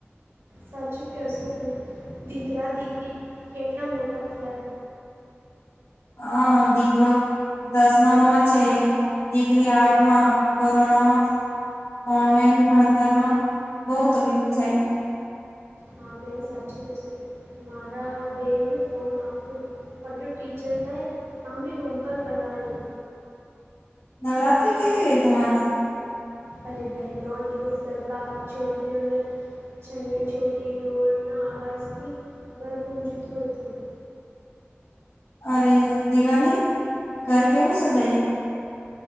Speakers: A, on the right; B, on the left.
A: સાચું ક્યો શો તમે. દીકરા દીકરી કેટલા મોટા થયા.
B: હા દીકરો દસમામાં છે. દીકરી આઠમાં, કોરોનામાં ઓનલાઈન ભણતરમાં બહુ તકલીફ થઈ.
A: હા, બેન સાચી કહેશો, મારા બેને ફોન આપ્યો. પલું ટીચર કહે અમી હોમવર્ક કરવાની.
B: નવરાત્રી કેવી ગઈ તમારી?
A: પરી બહેન નૌ દિવસ ગરબા છોકરીઓને ચણીયા ચોલી, ઢોલ ના આવાજથી ઘર ગુંજતું હતું. <inaudible>
B: અરે, દિવાલી? ઘર કેવું સજાયું?